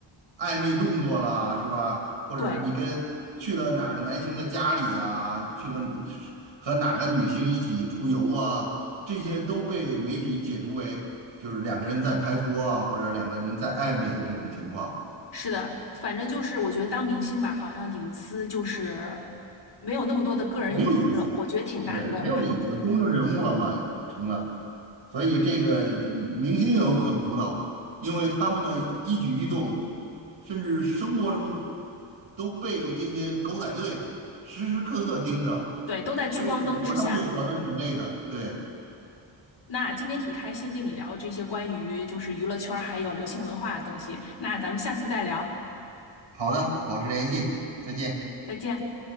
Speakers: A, on the right; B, on the left.
A: 暧昧动作了，是吧？或者你跟去了哪个男星的家里呀？
B: 对，
A: 去和和哪个女星一起出游啊，这些都被媒体解读为就是两个人在拍拖啊，或者两个人在暧昧的这种情况。
B: 是的。反正就是我觉得当明星吧，好像隐私就是没有那么多的个人隐私了，
A: 没有隐私，
B: 我觉得挺难的。
A: 对，没有隐私，公众人物了嘛，成了，所以这个明星也有很苦恼，因为他们的一举一动，甚至生活中都被这些狗仔队时时刻刻盯着，
B: <laughs> 对，都在聚光灯之下。
A: 所以我我他们也活得挺累的。对，
B: 那今天挺开心跟你聊这些关于就是娱乐圈儿还有流行文化的东西，那咱们下次再聊，
A: 好的，保持联系，再见。
B: 再见。